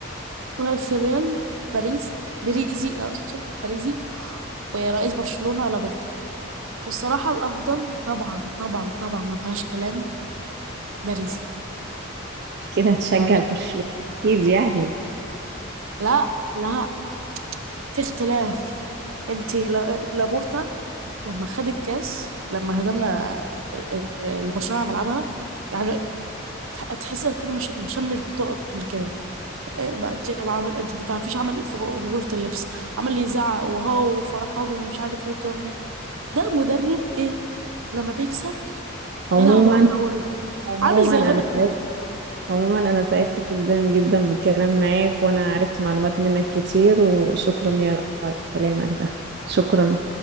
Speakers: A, on the right; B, on the right.
A: رئيس الريال باريس بريزي اقصد باريزي ورئيس برشلونة لابورتا والصراحة الافضل طبعا طبعا طبعا ما فيهاش كلام باريزي
B: كده هتشجع
A: يعني
B: البرشلونة اكيد يعني
A: لا لا في اختلاف انت لا- لابورتا لما خد الكاس لما هزمنا البرشلونة على ملعبها يعني تح- تحس كده مش مش مش بطولة قبل كده إيه، ما انت ما عمل- انت ما تعرفيش عمل ايه في غ- في غرفة اللبس عمال يزعق وهو وفرحان ومش عارف ايه والكلام ده ده مدرب ايه لما بيكسب
B: عموما
A: يا لهوي على الطاوله ده
B: عموما
A: عامل زي
B: انا
A: غضب
B: سعيد عموما انا سعدت جدا جدا بالكلام معاك وانا عرفت معلومات منك كتير وشكرا يا على كلامك ده شكرا